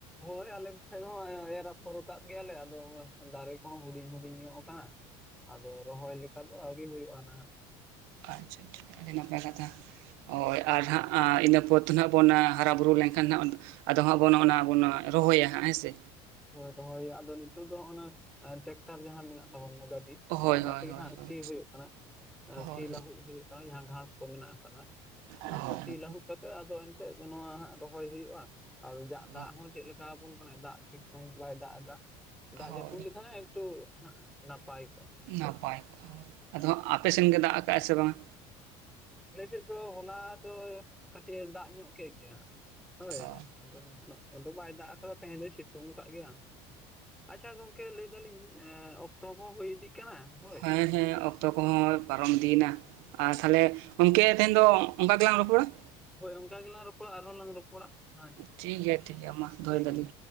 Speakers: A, in the centre; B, on the right.
A: ᱦᱳᱭ ᱟᱞᱮ ᱥᱮᱫ ᱦᱚᱸ ᱮᱨᱯᱷᱚᱨ ᱠᱟᱜ ᱜᱮᱭᱟᱞᱮ ᱟᱫᱚ ᱫᱟᱨᱮ ᱠᱚᱦᱚᱸ ᱦᱩᱰᱤᱧ ᱦᱩᱰᱤᱧ ᱧᱚᱜ ᱟᱠᱟᱱᱟ ᱾ ᱟᱫᱚ ᱨᱚᱦᱚᱭ ᱞᱮᱠᱷᱟᱱ ᱫᱚ ᱟᱹᱣᱨᱤ ᱦᱩᱭᱩᱜᱼᱟ ᱱᱟᱦᱟᱜ ᱾
B: ᱟᱪᱪᱷᱟ ᱴᱷᱤᱠ ᱟᱹᱰᱤ ᱱᱟᱯᱟᱭ ᱠᱟᱛᱷᱟ ᱦᱳᱭ ᱟᱨ ᱦᱟᱸᱜ ᱤᱱᱟᱹ ᱯᱚᱨ ᱫᱚ ᱱᱟᱦᱜ ᱵᱚᱱ ᱦᱟᱨᱟᱵᱩᱨᱩ ᱞᱮᱱᱠᱷᱟᱱ ᱦᱟᱸᱜ, ᱟᱫᱚ ᱦᱟᱜᱵᱚᱱ ᱚᱱᱟ ᱵᱚᱱ ᱨᱚᱦᱚᱭᱟ ᱦᱟᱸᱜ ᱦᱮᱸ ᱥᱮ,
A: ᱦᱳᱭ ᱨᱚᱦᱚᱭ ᱟᱫᱚ ᱱᱤᱛᱚᱜ ᱫᱚ ᱱᱟ ᱴᱨᱟᱠᱴᱟᱨ ᱡᱟᱦᱟᱸ ᱢᱮᱱᱟᱜ ᱛᱟᱵᱚᱱᱟ ᱜᱟᱹᱰᱤ
B: ᱦᱳᱭ
A: ᱚᱱᱟ
B: ᱦᱳᱭ
A: ᱛᱮᱜᱮ
B: ᱦᱳᱭ
A: ᱦᱟᱸᱜ
B: ᱦᱳᱭ
A: ᱥᱤ ᱦᱩᱭᱩᱜ ᱠᱟᱱᱟ,
B: ᱦᱳᱭ
A: ᱥᱤ ᱞᱟᱹᱦᱩᱫ ᱦᱩᱭᱩᱜ ᱠᱟᱱᱟ, ᱡᱟᱦᱟᱸ ᱜᱷᱟᱥ ᱠᱚ ᱢᱮᱱᱟᱜ ᱟᱠᱟᱫᱟ ᱾
B: ᱦᱳᱭ
A: ᱚᱱᱟ ᱠᱚ ᱥᱤ ᱞᱟᱹᱦᱩᱫ ᱠᱟᱛᱮ ᱟᱫᱚ ᱮᱱᱛᱮᱜ ᱱᱚᱣᱟ ᱦᱟᱸᱜ ᱨᱚᱦᱚᱭ ᱦᱩᱭᱩᱜᱼᱟ ᱾ ᱟᱨᱠᱤ ᱟ ᱫᱟᱜ ᱫᱟᱜ
B: ᱦᱳᱭ
A: ᱦᱚᱸ ᱪᱮᱫ ᱞᱮᱠᱟ ᱟᱵᱚᱱ ᱠᱟᱱᱟ, ᱫᱟᱜ ᱴᱷᱤᱠ ᱥᱟᱺᱦᱤᱡ ᱵᱟᱭ ᱫᱟᱜ ᱮᱫᱟ ᱾ ᱫᱟᱜ
B: ᱦᱳᱭ
A: ᱡᱟᱹᱯᱩᱫ ᱞᱮᱠᱷᱟᱱ ᱮᱠᱴᱩ ᱱᱟᱯᱟᱭ ᱠᱚᱜᱼᱟ ᱾
B: ᱱᱟᱯᱟᱭ ᱠᱚᱜᱼᱟ ᱟᱫᱚ ᱦᱟᱸᱜ ᱟᱯᱮᱥᱱ ᱜᱮ ᱫᱟᱜ ᱟᱠᱟᱜᱼᱟ ᱥᱮ ᱵᱟᱝᱟ
A: ᱟᱞᱮᱮᱥᱮᱫ ᱫᱚ ᱦᱚᱞᱟ ᱫᱚ ᱠᱟᱹᱴᱤᱡ ᱫᱟᱜ ᱧᱚᱜ ᱠᱮᱫ ᱜᱮᱭᱟ ᱦᱳᱭ
B: ᱚ
A: ᱟᱫᱚ ᱟᱫᱚ ᱵᱟᱭ ᱫᱟᱜ ᱟᱠᱟᱫᱟ ᱛᱮᱦᱮᱧ ᱫᱚᱭ ᱥᱤᱛᱩᱝ ᱟᱠᱟᱫ ᱜᱮᱭᱟ ᱾ ᱟᱪᱪᱷᱟ ᱜᱚᱝᱠᱮ ᱞᱟᱹᱭ ᱫᱟᱞᱤᱧ ᱚᱠᱛᱚ ᱦᱚᱸ ᱦᱩᱭ ᱤᱫᱤᱜ ᱠᱟᱱᱟ ᱾ ᱦᱳᱭ
B: ᱦᱮᱸ ᱦᱮᱸ ᱚᱠᱛᱚ ᱠᱚᱦᱚᱸ ᱯᱟᱨᱚᱢ ᱤᱫᱤᱭᱮᱱᱟ ᱾ ᱟᱨ ᱛᱟᱦᱚᱞᱮ ᱜᱚᱝᱠᱮ ᱛᱮᱦᱮᱱ ᱫᱚ ᱚᱱᱠᱟ ᱜᱮᱞᱟᱝ‌ ᱨᱚᱯᱚᱲᱟ ᱾
A: ᱦᱳᱭ ᱚᱱᱠᱟ ᱜᱮᱞᱟᱝ ᱨᱚᱯᱚᱲᱟ ᱟᱨᱦᱚᱸ ᱞᱟᱝ ᱨᱚᱯᱚᱲᱟ ᱦᱮᱭ,
B: ᱴᱷᱤᱠ ᱜᱮᱭᱟ ᱴᱷᱤᱠ ᱜᱮᱭᱟ ᱢᱟ
A: ᱴᱷᱤᱠ
B: ᱫᱚᱦᱚᱭ ᱫᱟᱞᱤᱧ
A: ᱜᱮᱭᱟ